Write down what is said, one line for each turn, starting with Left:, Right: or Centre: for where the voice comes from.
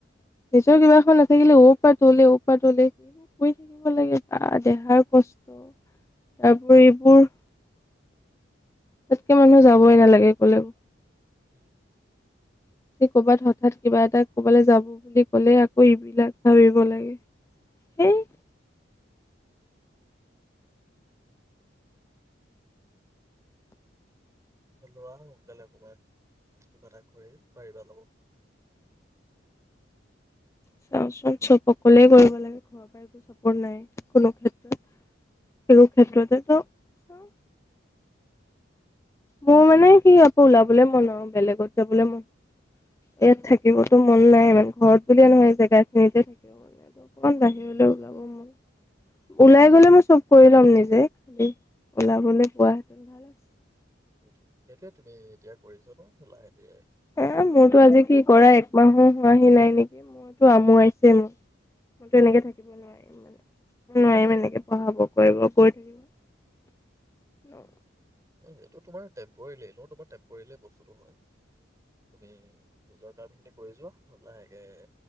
Left: নিজৰ কিবা এখন নাথাকিলে পৰা তলে পৰা তলে সেইবোৰ কৰি থাকিব লাগে বা দেহাৰ কষ্ট তাৰপৰি এইবোৰ তাতকে মানুহ যাবই নালাগে কলেও
Right: উম
Left: কৰ'বাত হঠাৎ কিবা এটা কৰবালৈ যাব বুলি ক'লে আকৌ এইবিলাক ভাবিব লাগে সেই
Right: লোৱা সোনকালে একনমান কিবা এটা কৰি পাৰিবা ল'ব
Left: চাওঁচোন চব সকলোৱে কৰিব লাগে ঘৰৰ পৰা একো চাপৰ্ট নাই কোনো ক্ষেত্ৰত সেই ক্ষেত্ৰতেতো চাও মোৰ মানে সি আকৌ ওলাবলৈ মন আৰু বেলেগত যাবলৈ মন ইয়াত থাকিবতো মন নাই ইমান ঘৰত বুলিয়ে নহয় জেগা খিনিতে থাকিব মন নাই অকমান বাহিৰলৈ ওলাব মন ওলাই গলে মই চব কৰি লম নিজে উম ওলাবলৈ পোৱাত ভাল আছে
Right: সেইটো সেইটোয়ে তুমি এতিয়া কৰিছ ন লাহেকে
Left: হ মোৰতো আজি কি কৰা একমাহো হোৱাহি নাই নেকি মইতো আমোবাইছে উম মইতো এনেকে থাকিব নোৱাৰিম মানে মই নোৱাৰিম এনেকে পঢ়াব কৰিব কৰি থাকিব
Right: ন সেইটো তোমাৰ টেম্প'ৰেলি এনেো তোমাৰ টেম্প'ৰেলি বস্তুটো হয় তুমি নিজৰ কামখিনি কৰি যোৱা লাহেকৈ